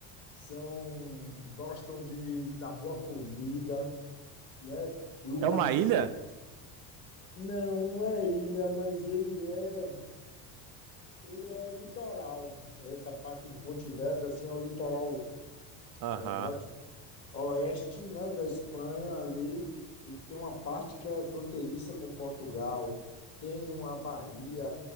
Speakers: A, on the left (about 30°); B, on the right (about 50°).
A: são, gostam de, da boa comida, né, lugar
B: É uma ilha?
A: Não, não é ilha, mas ele é, ele é litoral. Essa parte de Pontevedra assim é o litoral
B: Aham.
A: é, norte, oeste, né, da Espanha ali, e tem uma parte que é fronteiriça com Portugal, tem uma baía.